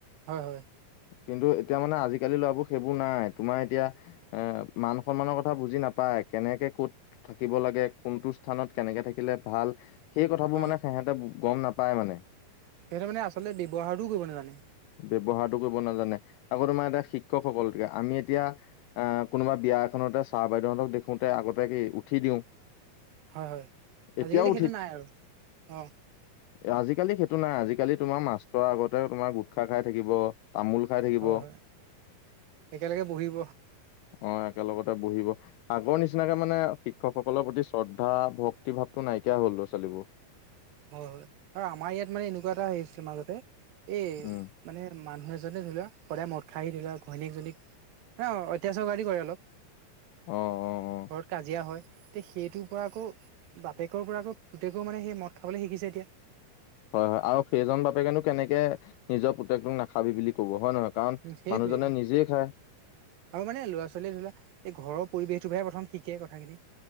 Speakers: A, on the right; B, on the left.
A: হয়-হয়।
B: কিন্তু এতিয়া মানে আজিকালি ল'ৰাবোৰ সেইবোৰ নাই তোমাৰ এতিয়া এ মান সন্মানৰ কথা বুজি নাপায় কেনেকে ক'ত থাকিব লাগে কোনটো স্থানত কেনেকে থাকিলে ভাল সেই কথাবোৰ
A: হয়
B: মানে সেহেঁতে গম নাপায় মানে।
A: সিহঁতে মানে আচলতে ব্যৱহাৰো কৰিব নাজানে।
B: ব্যৱহাৰটো কৰিব নাজানে আকৌ তোমাৰ এটা শিক্ষকসকল আমি এতিয়া আহ কোনোবা বিয়া এখনতে ছাৰ -বাইদেউহতক দেখোতে আগতে কি উঠি দিওঁ
A: হয়- হয়
B: এতিয়াও
A: আজিকালি সেইটো নাই আৰু অ,
B: এ আজিকালি সেইটো নাই আজিকালি তোমাৰ মাষ্টৰৰ আগতে তোমাৰ গোট খা খাই থাকিব তামোল খাই থাকিব
A: হয় হয় একেলগে বহিব
B: অ, একেলগতে বহিব। আগৰ নিচিনাকে মানে শিক্ষকসকলৰ প্ৰতি শ্ৰদ্ধা ভক্তি ভাৱটো নাইকিয়া হ'ল ল'ৰা- ছোৱালীবোৰ।
A: হয়-হয় আৰু আমাৰ ইয়াত মানে এনেকুৱা এটা হেৰি আছিলে মাজতে এই
B: উম
A: মানে মানুহ এজনে ধৰি লোৱা সদায় মদ খাইি ধৰি লোৱা ঘৈণীকজনীক। অ ' অত্যাচাৰ কৰাদি কৰে অলপ।
B: অ' অ' অ
A: ঘৰত কাজিয়া হয়, তেতিয়া সেইটোৰ পৰা আকৌ বাপেকৰ পৰা আকৌ পুতেকৰও মানে সেই মদ। খাবলৈ শিকিছে এতিয়া।
B: হয় -হয় আৰু সেইজন বাপেকেনো কেনেকে নিজৰ পুতেকটোক নাখাবি বুলি ক'ব হয় নহয়। কাৰণ
A: উম সেইটোৱে।
B: মানুহজনে নিজেই খায়
A: আৰু মানে ল'ৰা ছোৱালীয়ে ধৰি লোৱা এই ঘৰৰ পৰিৱেশটোো পৰাহে প্ৰথম শিকে কথাখিনি।